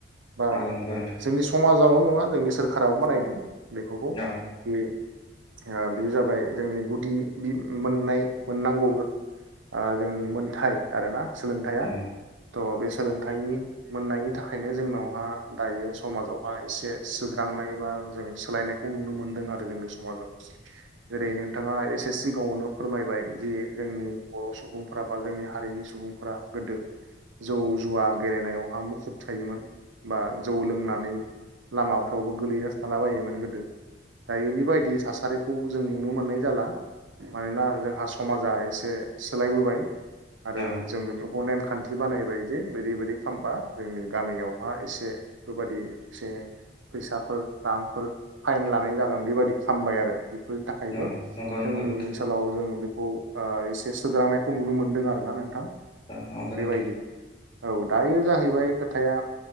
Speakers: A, on the right; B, on the left.
A: बा
B: नंगौ नंगौ नोंथां
A: जोंनि समाजाव नङा जोंनि सोरखाराबो बानायदों बेफोरखौ ओ
B: औ
A: बेयो जाबाय जोंनि गुदि मोननाय मोननांगौ ओ जोंनि मोनथाय आरो ना सोलोंथाया
B: नंगौ
A: थ' बे सोलोंथाइनि मोननायनि थाखायनो जोंनावहा दायो समाजावहा एसे सुद्रांनाय बा जों सोलायनायखौ नुनो मोनदों आरो जोंनि समाजाव। ओेरै नोंथाङा एसे एसे सिगाङावनो फोरमायबाय जे जोंनि बर' सुबुंफोरा बा जोंनि हारिनि सुबुंफोरा गोदो जौ जुवा गेलेनायावहा मुखुब थायोमोन बा जौ लोंनानै लामाफ्रावबो गोलैना थालाबायायोमोन। गोदो दायो बेबायदि थासारि खौ जों नुनो मोननाय जाला मानोना जोंहा समाजा एसे सोलायबोबाय। आरो
B: औ
A: जों बेफोरखौ नेम खान्थि बानायबाय जे बिदिबायदि खालामामबा जोंनि गामियावहा एसे बेफोरबादि एसे फैसाफोर रांफोर फाइन लानाय जागोन बेबायादि खालामबाय आरो। फोरनि थाखायबो
B: औ नंगौ
A: जोंनि
B: नोंथां
A: ओनसोलाव जों खौ एसे सोद्रांनायखौ नुनो मोनदों आर ना नोंथां।
B: औ नंगौ
A: बेबायदि
B: नोंथां
A: औ दायो जाहैबाय खोथाया